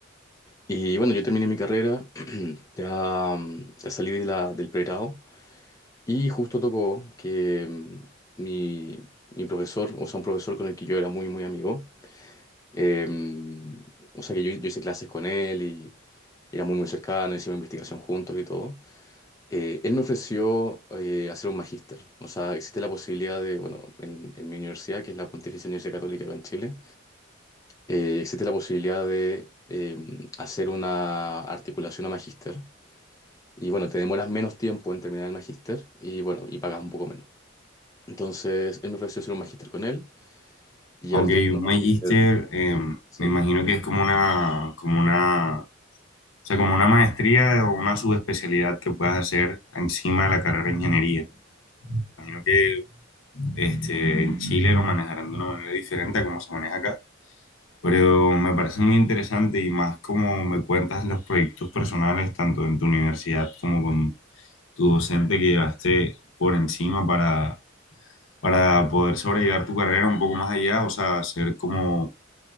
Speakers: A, on the left (about 15°); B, on the left (about 75°).
A: Y bueno, yo terminé mi carrera, <clears throat> ya, mm, ya salí de la, del pregrado y justo tocó que mm, mi, mi profesor, o sea, un profesor con el que yo era muy, muy amigo, eh, o sea que yo, yo hice clases con él y éramos muy cercanos, hicimos investigación juntos y todo. Eh, él me ofreció eh, hacer un magíster. O sea, existe la posibilidad de, bueno, en, en mi universidad, que es la Pontificia Universidad Católica acá en Chile, eh, existe la posibilidad de eh, hacer una articulación a magíster. Y bueno, te demoras menos tiempo en terminar el magíster y bueno, y pagas un poco menos. Entonces, él me ofreció hacer un magíster con él y
B: Ok,
A: ahora estoy haciendo
B: un magíster,
A: un
B: eh,
A: magíster. Sí.
B: me imagino que es como una, como una, o sea, como una maestría o una subespecialidad que puedas hacer encima de la carrera de ingeniería. imagino que este, en Chile lo manejarán de una manera diferente a como se maneja acá. Pero me parece muy interesante y más como me cuentas los proyectos personales, tanto en tu universidad como con tu docente que llevaste por encima para, para poder sobrellevar tu carrera un poco más allá, o sea, hacer como